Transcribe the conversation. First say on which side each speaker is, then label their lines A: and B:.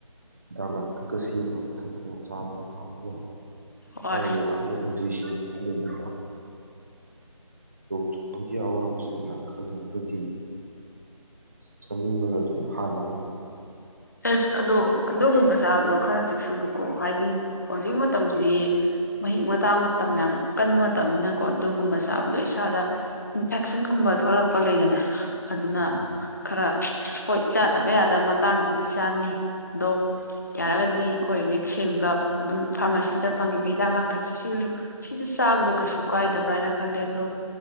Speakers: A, on the right; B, on the left.
A: ꯍꯤꯗꯥꯛ ꯂꯥꯡꯊꯛꯀ ꯁꯦꯝꯃꯒ ꯊꯛꯇꯅ ꯆꯥꯗꯅ ꯊꯧꯔꯒ
B: ꯍꯣꯏ
A: ꯍꯥꯏꯕ ꯌꯥꯝꯅ ꯏꯟꯗꯔꯤꯁꯤ ꯇ ꯂꯕ ꯊꯨꯝꯕꯒꯤ ꯑꯋꯥꯕꯁꯦ ꯌꯥꯝ ꯈꯜꯂꯨꯔꯒꯗꯤ ꯆꯥꯅꯤꯡꯕꯅ ꯑꯗꯨꯝ ꯍꯥꯟꯂꯅꯕ
B: ꯑꯦꯁ ꯑꯗꯣ ꯑꯗꯨꯒꯨꯝꯕ ꯆꯥꯕꯗꯣ ꯈꯔ ꯆꯦꯛꯁꯨꯜꯂꯨꯀꯣ ꯍꯥꯏꯗꯤ ꯍꯧꯖꯤꯛ ꯃꯇꯝꯁꯤꯗꯤ ꯃꯍꯤꯛ ꯃꯇꯥꯡ ꯃꯇꯝ ꯌꯥꯝ ꯀꯟꯕ ꯃꯇꯝꯅꯤꯅꯀꯣ ꯑꯗꯨꯒꯨꯝꯕ ꯆꯥꯕꯗꯣ ꯏꯁꯥꯗ ꯏꯟꯐꯦꯛꯁꯟꯒꯨꯝꯕ ꯊꯣꯛꯂꯛꯄ ꯂꯩꯗꯅ ꯑꯗꯨꯅ
A: ꯎꯝ
B: ꯈꯔ ꯍꯣꯏ ꯆꯥꯗꯕ ꯌꯥꯗꯕ ꯃꯇꯥꯡꯗ ꯆꯥꯅꯤ ꯑꯗꯣ ꯌꯥꯔꯒꯗꯤ ꯑꯩꯈꯣꯏ ꯍꯧꯖꯤꯛ ꯁꯦꯝꯃꯤꯕ ꯑꯗꯨꯝ ꯐꯥꯔꯃꯥꯁꯤꯁꯤꯗ ꯐꯪꯉꯤꯕ ꯍꯤꯗꯥꯛ ꯂꯥꯡꯊꯛꯁꯤ ꯁꯤꯁꯨ ꯁꯤꯗ ꯆꯥꯕꯗ ꯀꯩꯁꯨ ꯀꯥꯏꯗꯕ꯭ꯔꯥ ꯍꯥꯏꯅ ꯈꯜꯂꯦ ꯑꯗꯣ